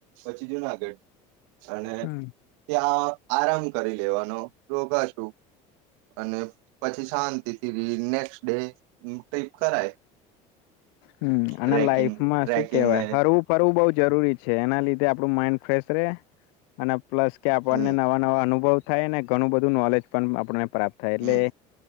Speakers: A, on the right (about 75°); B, on the left (about 70°).
A: પછી જૂનાગઢ અને
B: હમ
A: ત્યાં આરામ કરી લેવાનો રોકા છું. અને પછી શાંતિ. નેક્સ્ટ ડે ટીપ કરાય.
B: હમ
A: ટ્રેકિંગ
B: અને લાઈફમાં
A: ટ્રેકિંગ
B: શું કેવાય
A: ને
B: હરવું ફરવું બો જરૂરી છે એના લીધે આપણું માઈન્ડ ફ્રેશ રે અને પ્લસ કે આપણને
A: હમ
B: નવા નવા અનુભવ થાયને ઘણું બધું નોલેજ પણ આપણે પ્રાપ્ત થાય એટલે
A: હમ